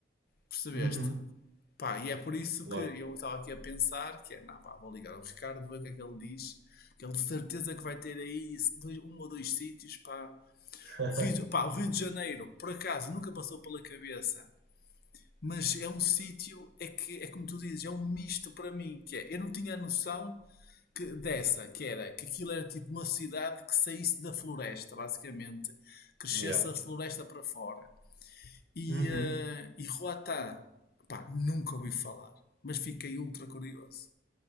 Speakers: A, on the left; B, on the right.
A: Percebeste?
B: Uhum,
A: Pá, e é por isso
B: claro.
A: que eu estava aqui a pensar que é, não, pá, vou ligar ao Ricardo, ver o que é que ele diz, que ele de certeza que vai ter aí esse dois- um ou dois sítios, pá.
B: <laughs>
A: O Rio, de- pá, o Rio de Janeiro, por acaso, nunca passou pela cabeça, mas é um sítio, é que, é como tu dizes, é um misto para mim, que é, eu não tinha a noção que, dessa, que era, que aquilo era tipo uma cidade que saísse da floresta, basicamente, crescesse
B: Yeah,
A: a floresta para fora. E,
B: uhum,
A: eh, e Ruatá, pá, nunca ouvi falar, mas fiquei ultra curioso.